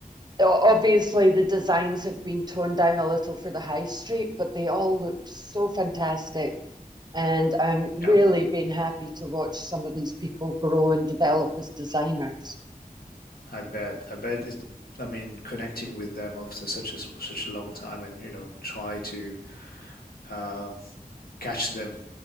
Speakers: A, on the right (about 25°); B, on the left (about 80°).
A: obviously the designs have been toned down a little for the high street, but they all look so fantastic. And I'm really
B: Yeah,
A: been happy to watch some of these people grow and develop as designers.
B: I bet. I bet it, I mean, connecting with them after such a such a long time and, you know, try to um, catch them